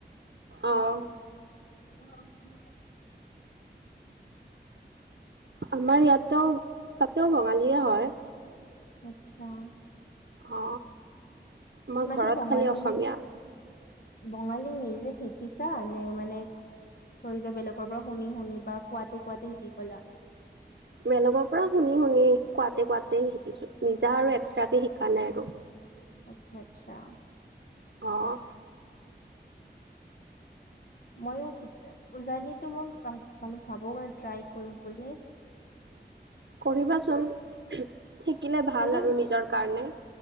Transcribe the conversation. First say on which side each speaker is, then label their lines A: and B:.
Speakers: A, on the right (about 75°); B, on the left (about 55°).
A: অ'।
B: <unintelligible>
A: আমাৰ ইয়াতেও, তাতেও বঙালীয়ে হয়।
B: আতছা
A: অ আমাৰ
B: মতি
A: ঘৰত
B: বঙালী
A: খালি অসমীয়া
B: বঙালী নিজে শিকিছা নে মানে ধৰি লৈ বেলেগ কৰ পৰা শুনি, শুনি বা কোৱাতে, কোৱাতে শিকি গলা
A: বেলগৰ পৰা শুনি, শুনি, কোৱাতে, কোৱাতে শিকিছো নিজা আৰু এক্সট্ৰাকে শিকা নাই আৰু
B: আচ্ছা, আচ্ছা
A: অ'
B: ময়ো কিত অ', উজানিতে মই মান ভাবো মানে ট্ৰাই কৰিম বুলি <inaudible>
A: কৰিবাচোন, শিকিলে ভাল
B: হ'লেও
A: আৰু নিজৰ কাৰণে